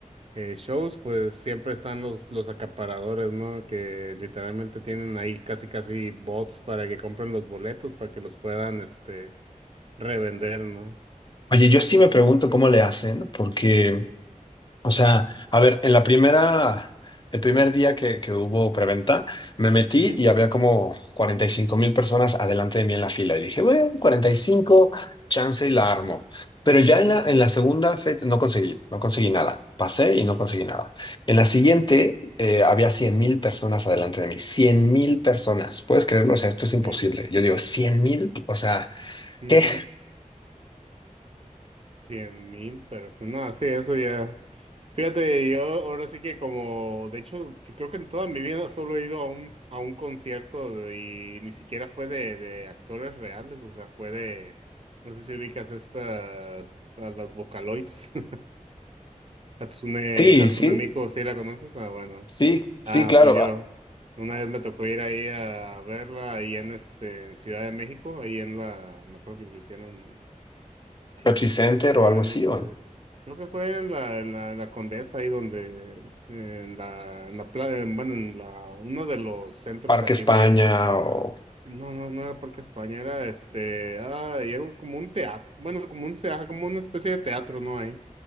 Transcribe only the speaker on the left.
Oye, yo sí
me
pregunto cómo le hacen, porque O sea, a ver, en la primera, el primer día que, que hubo preventa, me metí
y había como cuarenta y cinco mil personas adelante de mí en la fila. Y dije, bueno, 45 chance y la armo. Pero ya
en la, en la segunda fecha no conseguí, no conseguí nada. Pasé y no conseguí nada. En la siguiente eh, había cien mil personas adelante de mí. cien mil personas. ¿Puedes creerlo? O sea, esto es
imposible. Yo digo, cien mil, o sea,
¿qué?
Sí,
sí,
sí, sí,
claro.
Ah,
Pepsi
Center
o algo
así, ¿o no?
Parque
España
o...